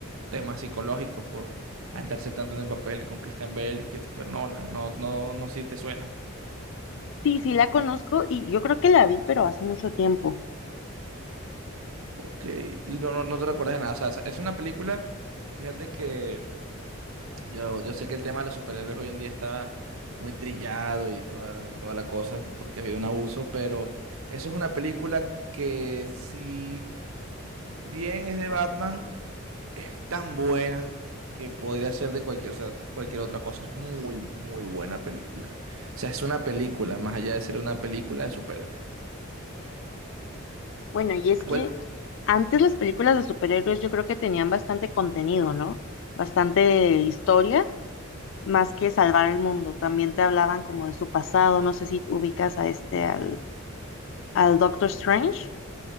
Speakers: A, on the right (about 80°); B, on the left (about 60°).
A: temas psicológicos por adentrarse tanto en el papel con Christian Bale y Christopher Nolan, no, no, no sé si te suena.
B: Sí, sí la conozco y yo creo que la vi, pero hace mucho tiempo.
A: Ok, y no, no, no te recuerdas de nada, o sea, es una película, fíjate que... Yo, yo sé que el tema de los superhéroes hoy en día está muy trillado y toda, y toda la cosa, porque ha habido un abuso, pero eso es una película que si bien es de Batman, es tan buena que podría ser de cualquier, o sea, cualquier otra cosa. Es muy, muy buena película. O sea, es una película, más allá de ser una película de superhéroes.
B: Bueno, y es que
A: ¿Cuál?
B: Antes las películas de superhéroes yo creo que tenían bastante contenido, ¿no? Bastante historia, más que salvar el mundo. También te hablaban como de su pasado, no sé si ubicas a este, al, al Doctor Strange.